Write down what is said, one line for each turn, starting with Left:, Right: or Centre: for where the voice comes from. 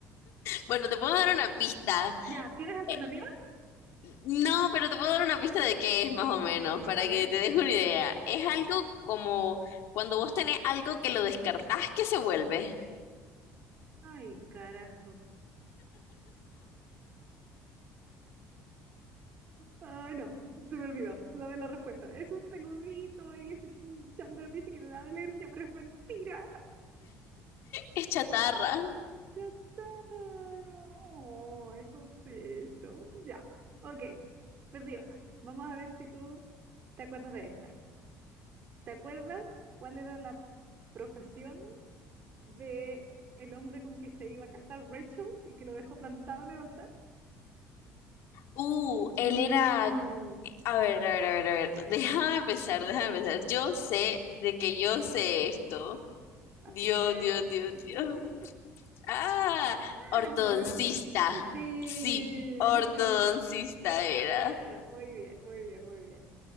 Left: Bueno, te puedo dar una pista.
Right: Ya, ¿tienes alternativas?
Left: Eh, no, pero te puedo dar una pista de qué es más o menos, para
Right: A ver.
Left: que te deje una idea. Es algo como cuando vos tenés algo que lo descartás, que se vuelve?
Right: Ay, carajo. Ay, no, se me olvidó. Dame la respuesta. Es un peludito y ese que Chandler dice que le da alergia, pero es mentira.
Left: Es chatarra.
Right: Chatarro. Ay, cosito. Ya. Ok. Perdí una. Vamos a ver si tú te acuerdas de esta. ¿Te acuerdas cuál era la profesión de el hombre con que se iba a casar Rachel y que lo dejó plantado en el altar?
Left: Uh,
Right: Uh,
Left: él era... A ver, a ver, a ver, a ver. Déjame pensar, déjame pensar. Yo sé de que yo sé esto.
Right: a
Left: Dios,
Right: ver.
Left: Dios, Dios,
Right: <laughs>
Left: Dios. Ah,
Right: <laughs>
Left: ortodoncista.
Right: Es una buena pregunta. Sí,
Left: Sí, ortodoncista
Right: sí.
Left: era.
Right: Entonces, muy bien, muy bien, muy bien.